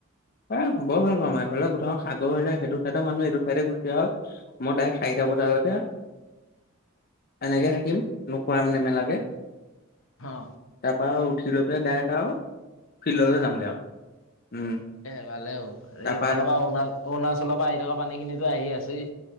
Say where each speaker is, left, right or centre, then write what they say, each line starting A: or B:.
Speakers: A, on the left; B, on the left.
A: এ বৰ ভাল পামওঁ মাৰ এইফালে গোটটা সাগৰ হৈ যায় সেইটো চাইডৰ মানুহ এইটো চাইে গুচ আহক মই ডাইৰে্ক। চাৰিটা বজালৈকে এনেকৈ থাকিম নোখোৱম নেমেলাকৈ।
B: হা।
A: তাৰ পৰাা আৰু উঠি লৈ পেলাই ডাইৰেক্ট আৰু ফিল্ডলৈ যামগৈ আৰু উম।
B: ফালে এইফালৰ
A: তাৰপা
B: পৰা অৰুণ অৰুণাচলৰ পৰা আহি থকা পানী খিনি আহি আছেই।